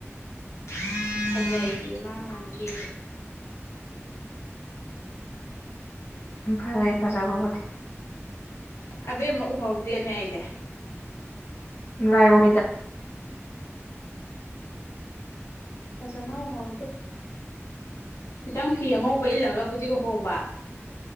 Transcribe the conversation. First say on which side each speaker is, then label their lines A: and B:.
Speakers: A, on the left; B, on the left.
A: ꯐꯖꯩ ꯃꯥꯅꯥꯡ ꯀ
B: ꯝ ꯐꯖꯩ ꯍꯐꯖꯕꯕꯨꯗꯤ
A: ꯑꯕꯦꯝ ꯑꯃ ꯎꯍꯧꯗꯦꯅꯦ ꯑꯩꯗꯤ
B: ꯂꯥꯏꯔꯣꯏꯗ
A: ꯑ ꯐꯖꯥꯅꯅꯥ ꯍꯥꯎꯗꯦ ꯈꯤꯇꯪ ꯐꯤ ꯑꯉꯧꯕ ꯏꯜꯂꯒꯕꯨꯗꯤ ꯎꯍꯧꯕ